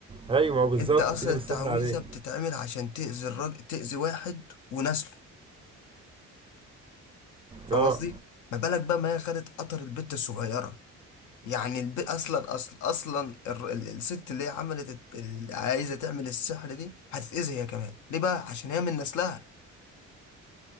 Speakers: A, on the right; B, on the left.
A: ايوه ما هو بالظبط
B: انت اصلا
A: تقلب
B: التعويذه
A: السحر عليه
B: بتتعمل عشان تاذي الراجل تاذي واحد ونسله فاهم
A: اه
B: قصدي ما بالك بقى ما هي خدت قطر البت الصغيره يعني الب... اصلا اصلا اصلا الر- ال- الست اللي هي عملت الت- اللي عايزه تعمل السحر دي هتتاذي هي كمان ليه بقى عشان هي من نسلها